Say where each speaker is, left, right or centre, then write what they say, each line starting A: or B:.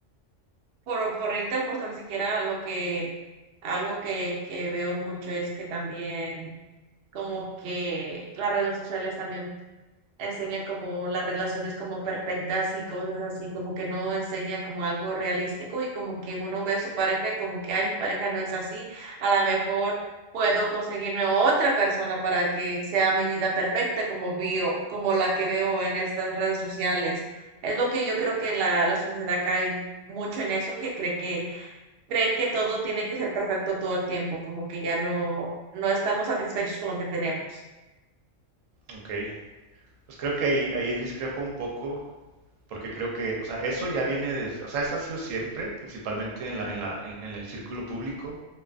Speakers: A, on the right; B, on the right.
A: por, por ahorita, pues tan siquiera lo que, algo que, que veo mucho es que también como que las redes sociales también enseña como las relaciones como perfectas y cosas así, como que no enseña como algo realístico y como que uno ve a su pareja y como que, ay, mi pareja no es así, a lo mejor puedo conseguirme otra persona para que sea mi vida perfecta como veo, como la que veo en estas redes sociales. Es lo que yo creo que la, la sociedad cae mucho en eso, que cree que cree que todo tiene que ser perfecto todo el tiempo, como que ya no, no estamos satisfechos con lo que tenemos.
B: ok. Pues creo que ahí ahí discrepo un poco porque creo que, o sea, eso ya viene desde, o sea, eso ha sido siempre, principalmente en la en la en, en el círculo público.